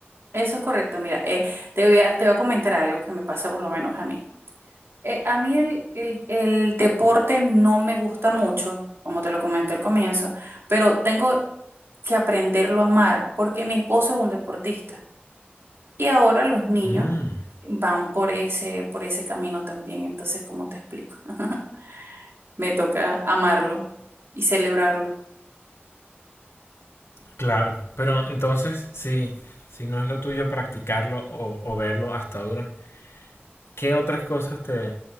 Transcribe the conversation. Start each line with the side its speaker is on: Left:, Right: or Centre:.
Right: Eso es correcto, mira, eh, te voy a, te voy a comentar algo que me pasa por lo menos a mí. Eh, a mí el, el- el deporte no me gusta mucho, como te lo comenté al comienzo, pero tengo que aprenderlo a amar porque mi esposo es un deportista y ahora los niños
Left: Mm,
Right: van por ese, por ese camino también. Entonces, ¿cómo te explico? <laughs> Me toca amarlo y celebrarlo.
Left: claro, pero entonces si, si no es lo tuyo practicarlo o, o verlo hasta ahora, ¿qué otras cosas te eh,